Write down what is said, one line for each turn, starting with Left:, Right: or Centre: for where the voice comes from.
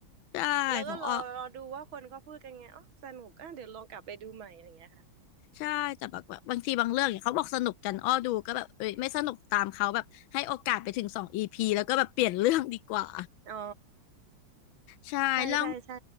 Left: ใช่ของอ้อ
Right: แล้วก็รอรอดูว่าคนเขาพูดกันไงอ๋อสนุกอ่ะเดี๋ยวลองกลับไปดูใหม่อะไรอย่างเงี้ยค่ะ
Left: ใช่แต่แบบว่าบางทีบางเรื่องเนี่ยเขาบอกสนุกกันอ้อดูก็แบบเอ้ยไม่สนุกตามเขาแบบให้โอกาสไปถึงสองอีพีแล้วก็แบบเปลี่ยนเรื่องดีกว่า
Right: อ๋อ
Left: ใช่เรื่อง
Right: ใช่ใช่ใช่